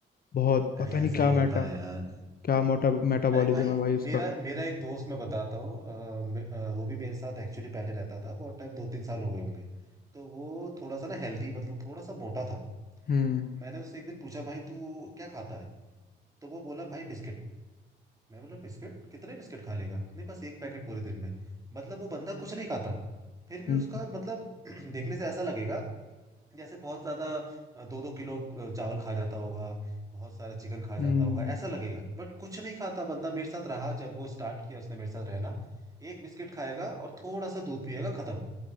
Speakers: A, on the left; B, on the right.
A: बहुत
B: अरे
A: पता नहीं
B: ऐसा
A: क्या
B: ही होता
A: मेटा
B: है यार
A: क्या मोटा मेटाबॉलिज्म
B: अरे भाई
A: है भाई उसका
B: मेरा मेरा एक दोस्त मैं बताता हूँ अ, मे- अ, वो भी मेरे साथ एक्चुअली पहले रहता था बहुत टाइम दो तीन साल हो गए होंगे तो वो थोड़ा सा ना हेल्दी मतलब थोड़ा सा मोटा था
A: हम्म
B: मैंने उससे एक दिन पूछा भाई तू क्या खाता है तो वो बोला भाई बिस्किट मैं बोला बिस्किट कितने बिस्किट खा लेगा नहीं बस एक पैकेट पूरे दिन में मतलब वो बंदा कुछ नहीं खाता फिर भी
A: हम्म
B: उसका मतलब <clears throat> देखने से ऐसा लगेगा जैसे बहुत ज्यादा दो दो किलो अ, चावल खा जाता होगा बहुत सारा चिकन खा जाता
A: हम्म
B: होगा ऐसा लगेगा बट कुछ नहीं खाता बंदा मेरे साथ रहा जब वो स्टार्ट किया उसने मेरे साथ रहना एक बिस्किट खाएगा और थोड़ा सा दूध पिएगा खत्म